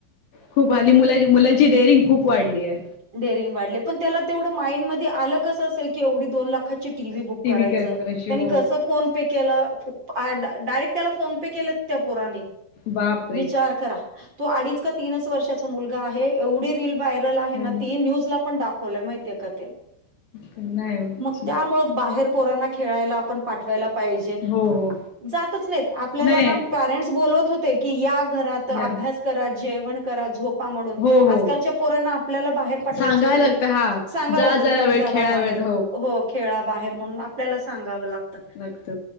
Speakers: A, on the left; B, on the right.
A: खूप हल्ली मुलां- मुलांची डेअरिंग खूप वाढली आहे.
B: डेरिंग वाढले पण, त्याला तेवढं माइंड मध्ये आलं कसं असेल की, एवढी दोन लाखाची टी. व्ही बुक करायचं
A: कॅ करायची
B: त्यांनी
A: हो
B: कसं फोन पे केल डायरेक्ट त्याला फोन पे केल, त्या पोराने
A: बापरे
B: विचार करा. तो अडीच का तीनच वर्षाचा मुलगा आहे एवढी रील बाय आहे
A: एवढे
B: ना ती न्यूज ला पण दाखवय माहितीय का ते
A: का नाही होत
B: मग त्यामुळे बाहेर पोरांना खेळायला आपण पाठवायला पाहिजे,
A: हो हो
B: जातच नाहीत आपल्याला
A: नाही
B: ना पॅरेंट्स बोलवत होते की, या घरात अभ्यास
A: या
B: करा जेवण करा झो पा म्हणून
A: हो हो
B: आज कालच्या पोरांना आपल्याला बाहेर पाठवायची
A: सांगायला लागतं हा
B: सांगाय
A: जा
B: लागत,
A: जरा
B: तुम्ही
A: वेळ
B: जावा
A: खेळा
B: बाहेर.
A: वेळ
B: हो, खेळा बाहेर म्हणून आपल्याला सांगाव लागत.
A: लागत